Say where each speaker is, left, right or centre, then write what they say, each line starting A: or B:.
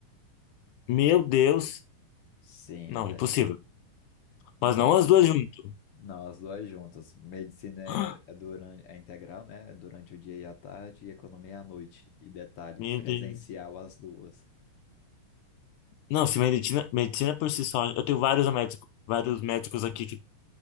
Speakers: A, on the left; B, on the left.
A: Meu Deus!
B: Sim,
A: Não,
B: velho.
A: impossível.
B: Mano.
A: Mas não as duas junto.
B: Não, as duas juntas. Medicina é,
A: <gasps>
B: é durante, é integral, né? É Durante o dia e a tarde, e economia é à noite. E detalhe,
A: Meu
B: presencial
A: Deus.
B: as duas.
A: Não, se medicina, medicina por si só, eu tenho vários médicos, vários médicos aqui que,